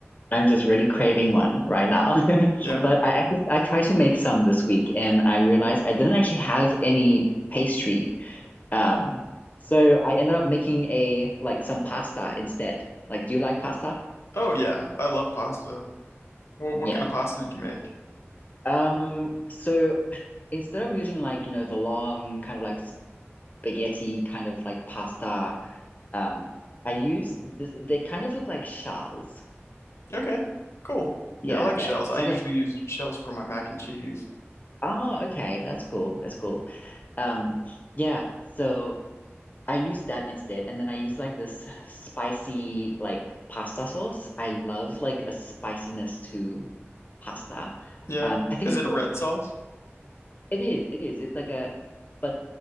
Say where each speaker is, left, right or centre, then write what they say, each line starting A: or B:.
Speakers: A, on the left (about 35°); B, on the left (about 80°).
A: I'm just really craving one right now. <laughs>
B: Yeah.
A: But I actually I tried to make some this week and I realized I didn't actually have any pastry um, so I ended up making a like some pasta instead. Like, do you like pasta?
B: Oh yeah, I love pasta. What what
A: Yeah.
B: kind of pasta did you make?
A: Um, so instead of using like, you know, the long kind of like spaghetti kind of like pasta, um, I use this, they kind of look like shells.
B: Okay. Cool.
A: Yeah,
B: Yeah, I like
A: yeah.
B: shells.
A: It's
B: I
A: like
B: usually
A: a,
B: use shells for my mac and cheese.
A: oh, okay, that's cool. That's cool. Um, yeah. So I used that instead, and then I used like this <sighs> spicy like pasta sauce. I love like a spiciness to pasta.
B: Yeah.
A: Um, I think
B: Is
A: it's
B: it
A: called.
B: a red sauce?
A: It is. It is. It's like a, but